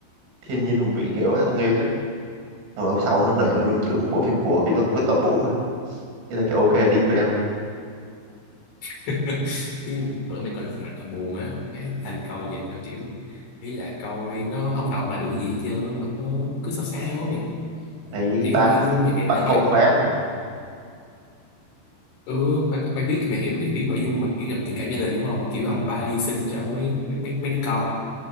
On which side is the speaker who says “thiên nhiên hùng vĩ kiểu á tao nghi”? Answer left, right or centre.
Right